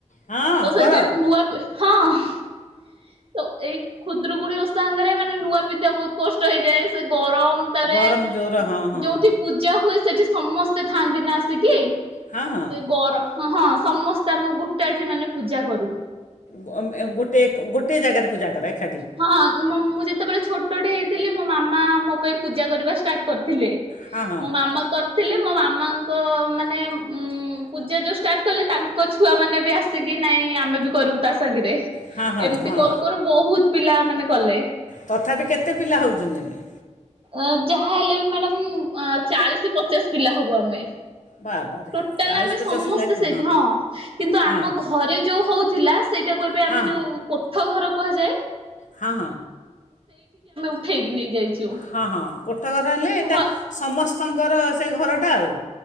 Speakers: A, on the left (about 85°); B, on the right (about 45°).
A: ହଁ
B: ତ ସେଇଥିରେ
A: କର
B: ବି ନୂଆ ହଁ। ତ ଏଇ ଖୁଦରୁକୁୁଡି ଓସା ସାଙ୍ଗରେ ମାନେ ନୂଆ ପିନ୍ଧିବା ବହୁତ କଷ୍ଟ ହେଇଯାଏ ସେ ଗରମ
A: ଗରମ
B: <inaudible>
A: ଜୋର ହଁ ହଁ
B: ଯୋଉଠି ପୂଜା ହୁଏ ସେଠି ସମସ୍ତ ତେ ଥାଆନ୍ତି ନା ଆସିକି
A: ହଁ ହଁ
B: ସେ ଗର ହଁ ହଁ ସମସ୍ତେ ଆମ ଗୋଟା ଏଠି ମାନେ ପୂଜା କରୁ
A: ଗୋଟ ଟେ ଗୋଟେ ଜାଗାରେ ପୂଜା କର ଏକାଠି
B: ହଁ ମଁ ମୁଁ ଯେତେବେଳେ ଛୋଟଟେ ହେଇଥିଲି ମୋ ମାମା ମା ଆମ ପାଇଁ ପୂଜା କରିବା ଷ୍ଟାର୍ଟ କରି ଥିଲେ
A: ହଁ ହଁ
B: ମୋ ମାମା କ ଥିଲେ ମୋ ମାମାଙ୍କ ମାନେ ମଁ ପୂଜା ଯେଉଁ ଷ୍ଟାର୍ଟ କଲେ ତାଙ୍କ ଛୁଆମାନେ ବି ଆସିକି ନାଇଁ ଆମେ ବି କରିବୁ ତା ସାଙ୍ଗରେ
A: ହଁ ହଁ
B: ଏମିତି
A: ହଁ
B: କରୁ କରୁ ବହୁତ। ପିଲା ମାନେ କଲେ
A: ତଥାପି କେତେ ପିଲା ହଉଛନ୍ତି ଏବେ
B: ଅଁ ଯାହା ହେଲେ ବି ମ୍ୟାଡ଼ାମ ମଁ ଚାଳିଶ ପଚାଶ ପିଲା ହବୁ ଆମେ
A: ବାବାରେ
B: ଟୋଟାଲ
A: ଚାଳିଶ
B: ଆମେ
A: ପଚାଶ
B: ସମସ୍ତେ
A: ଲାଗେ
B: ସେଇଠି ହଁ କିନ୍ତୁ ଆମ
A: ହଁ
B: ଘରେ ଯୋଉ ହଉଥିଲା ସେଇଟାକୁ ଏବେ
A: ହଁ
B: ଆମେ ଯୋଉ କୋଠ ଘର ପୁହା ଯାଏ।
A: ହଁ ହଁ
B: ଉଠେଇକି ନେଇଯାଇଛୁ।
A: ହଁ ହଁ କୋଠଘରେ ହେଲେ
B: ଘ
A: ଏଟା ସମସ ଶଙ୍କର ସେ ଘରଟା ଆଉ